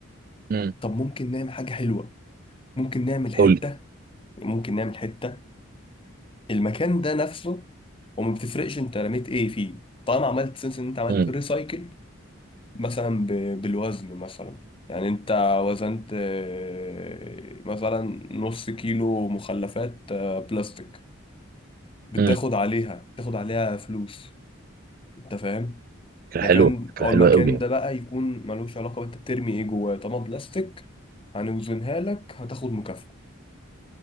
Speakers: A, on the right (about 45°); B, on the left (about 25°).
A: امم
B: طب ممكن نعمل حاجه حلوه ممكن نعمل حته
A: قول لي
B: ممكن نعمل حته المكان ده نفسه وما بتفرقش انت رميت ايه فيه طالما عملت سنس ان انت عملت
A: امم
B: ريسايكل مثلا ب- بالوزن مثلا يعني انت وزنت آه، مثلا نص كيلو مخلفات آه، بلاستيك بتاخد
A: امم
B: عليها تاخد عليها فلوس انت فاهم
A: فكره
B: مكان
A: حلوه فكره
B: او
A: حلوه
B: المكان
A: قوي يعني
B: ده بقى يكون ملوش علاقة انت بترمي ايه جواه طالما بلاستيك هنوزنها لك هتاخد مكافأة